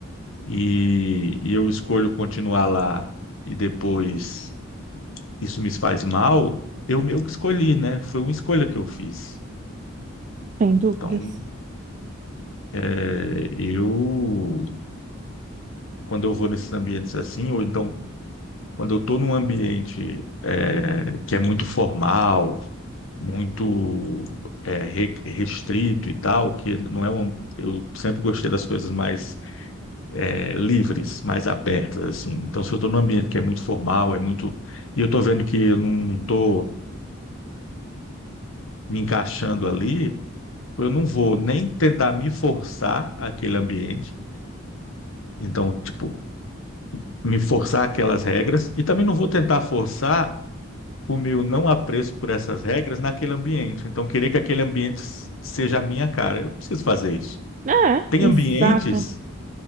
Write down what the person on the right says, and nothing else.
sem
dúvidas.
É,
exato.